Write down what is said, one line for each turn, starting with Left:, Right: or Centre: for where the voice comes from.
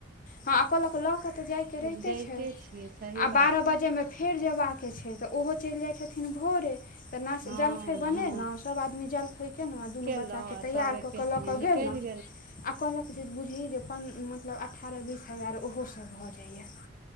Left: हँ आ कहलक लऽ कऽ तऽ जाइके
Right: छै
Left: रहिते
Right: जाइते
Left: छै आ
Right: छियै सही बात
Left: बारह
Right: छै
Left: बज्जेमें फेर जेयबाक छै तऽ ओहो चलि जाइ छथिन भोरे तऽ ना
Right: हँ
Left: जलखै बनेलहुँ
Right: हँ
Left: सब आदमी जलखै केलहुँ आ दुन्नू
Right: केलहुँ
Left: बच्चाके
Right: आ
Left: तैयार
Right: सभ एके
Left: कऽ के लऽ
Right: संगे
Left: कऽ
Right: निकलि
Left: गेलहुँ आ कहलक जे बुझहीं जे पं मतलब अठारह बीस हजार ओहो सब भऽ जाइ छै।